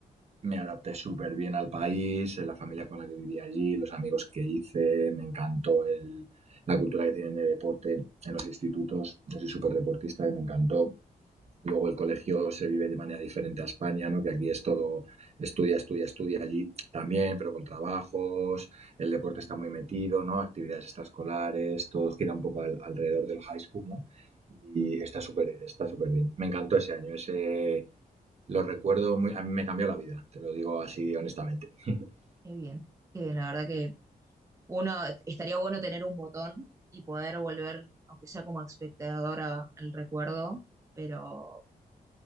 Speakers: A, on the right (about 45°); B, on the right (about 20°).
A: me adapté súper bien al país, eh, la familia con la que viví allí, los amigos que hice, me encantó el- la cultura que tienen de deporte en los institutos. Yo soy súper deportista y me encantó. Luego el colegio se vive de manera diferente a España, ¿no? Que aquí es todo estudia, estudia, estudia allí también, pero con trabajos, el deporte está muy metido, ¿no? Actividades extraescolares, todo gira un poco al- alrededor del high school, ¿no? y
B: bien,
A: está súper, está súper bien. Me encantó ese año, ese lo recuerdo, muy- a mí me cambió la vida, te lo digo así honestamente. <laughs>
B: qué bien. Qué bien, la verdad que uno estaría bueno tener un botón y poder volver, aunque sea como espectador a- al recuerdo, pero